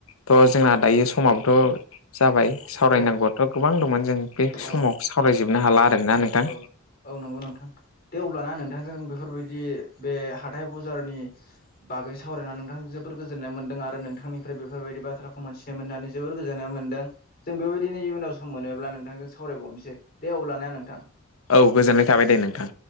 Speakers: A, on the left; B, on the left.
A: थ' जोंना दायो समाबोथ' जाबाय। सावरायनांगौआथ'
B: औ
A: गोबां दंमोन जों बे समाव
B: औ
A: सावरायजोबनो हाला आरोना नोंथां?
B: औ औ नोंथां दे अब्लाना नोंथांजों बेफोरबायदि बे हाथाय बाजारनि बागै सावरायनानै नोंथां जोबोर गोजोननाय मोनदों आरो नोंथांनिफ्राय बेफोरबायदि बाथ्राखौ मोनसे मिथिनो मोननानै जोबोर गोजोननाय मोन्दों जों बेबायदिनो इयुनाव सम मोनोब्ला नोंथांजों सावरायबावनोसै। दे अब्लाना नोंथां
A: औ गोजोननाय थाबाय दे नोंथां।